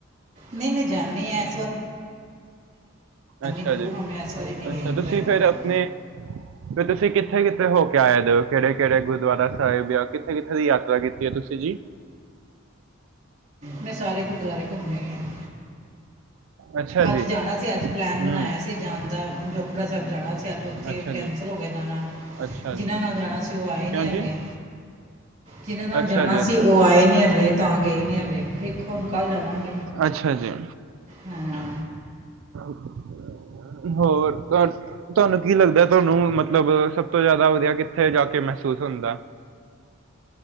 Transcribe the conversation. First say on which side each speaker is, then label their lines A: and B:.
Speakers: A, on the right; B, on the right.
A: ਨਈ, ਨਈ ਜਾਨੇ ਆਂ ਏਸ ਵਾਰ
B: ਅੱਛਾ
A: ਜ਼ਰੂਰ
B: ਜੀ,
A: ਹਾਂ ਮੈਂ ਇਸ ਵਾਰੀ ਨਹੀਂ
B: ਅੱਛਾ
A: ਗਈ
B: ਤੁਸੀ
A: ਪਹਿਲੇ
B: ਫੇਰ ਆਪਨੇ ਤੇ ਤੁਸੀ ਕਿੱਥੇ, ਕਿੱਥੇ ਹੋ ਕੇ ਆਏ ਦੇ ਓ? ਕੇੜੇ ਕੇੜੇ ਗੁਰਦੁੱਆਰਾ ਸਾਹਿਬ ਯਾ ਕਿੱਥੇ, ਕਿੱਥੇ ਦੀ ਯਾਤਰਾ ਕੀਤੀ? <unintelligible> ਤੁਸੀ ਜੀ।
A: ਮੈਂ ਸਾਰੇ ਗੁਰਦੁਆਰੇ ਘੁੰਮੇ ਆਂ
B: ਅੱਛਾ
A: ਅੱਜ
B: ਜੀ
A: ਜਾਣਾ ਸੀ, ਅੱਜ ਪਲੈਨ
B: ਹੂੰ
A: ਬਨਾਯਾ ਸੀ ਜਾਨ ਦਾ ਪੰਜੋਕੜਾ ਸਾਹੇਬ ਜਾਣਾ ਸੀ। ਤੇ ਆਜ ਓਥੇ
B: ਅੱਛਾ
A: ਕੈਂਸਲ
B: ਜੀ
A: ਹੋ ਗੇਆ ਜਾਨਾ,
B: ਅੱਛਾ
A: ਜਿਨ੍ਹਾਂ
B: ਜੀ
A: ਨਾਲ ਜਾਣਾ ਸੀ ਓ ਆਏ ਨੀ
B: ਕਿਉਂ
A: ਹੱਲੇ।
B: ਜੀ
A: ਜਿਨਾਂ ਨਾਲ
B: ਅੱਛਾ
A: ਜਾਣਾ
B: ਜੀ ਅੱਛਾ
A: ਸੀ ਓ ਆਏ ਨੀ ਹੱਲੇ, ਤਾਂ ਗਏ ਨੀ ਹੱਲੇ, ਦੇਖੋ ਹੁਨ ਕੱਲ ਜਾਵਾਂਗੇ।
B: ਅੱਛਾ ਜੀ।
A: ਹਾਂ
B: ਹਮ ਹੋਰ ਤੁਹਾਨੂੰ ਕੀ ਲੱਗਦਾ ਤੁਹਾਨੂੰ ਮੱਤਲਬ ਸਭ ਤੋਂ ਜ਼ਿਆਦਾ ਵਧੀਆ ਕਿੱਥੇ ਜਾ ਕੇ ਮੈਂ ਮਹਿਸੂੱਸ ਹੁੰਦਾ